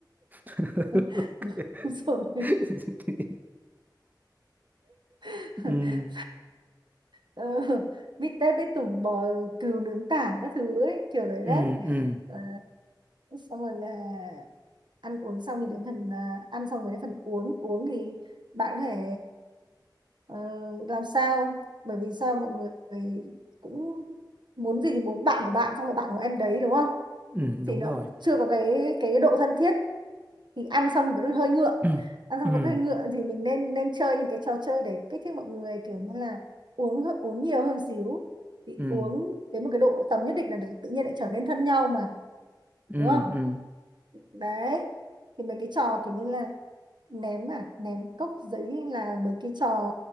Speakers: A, on the right; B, on the right.
A: <laughs>
B: <laughs> đúng rồi
A: Ok.
B: <laughs>
A: ừ,
B: Ờ, bít tết bít tủng bò cừu nướng tảng các thứ ấy kiểu đấy
A: ừ,
B: đấy
A: ừ,
B: Ờ, xong rồi là ăn uống xong thì đến phần à, ăn xong rồi đến phần uống uống thì bạn có thể ờ, làm sao bởi vì sao mọi người cũng muốn gì thì muốn bạn của bạn xong là bạn của em đấy đúng không
A: ừ, đúng
B: thì nó
A: rồi.
B: cũng chưa có cái cái độ thân thiết thì ăn xong vẫn hơi ngượng
A: Ừ,
B: ăn xong
A: ừ,
B: vẫn hơi ngượng thì mình nên nên chơi những cái trò chơi để kích thích mọi người kiểu như là uống uống nhiều hơn xíu thì
A: ừ,
B: uống đến một cái độ tầm nhất định là được- tự nhiên lại trở nên thân nhau mà
A: ừ.
B: đúng không
A: ừ.
B: đấy thì mấy cái trò kiểu như là ném à ném cốc giấy hay là mấy cái trò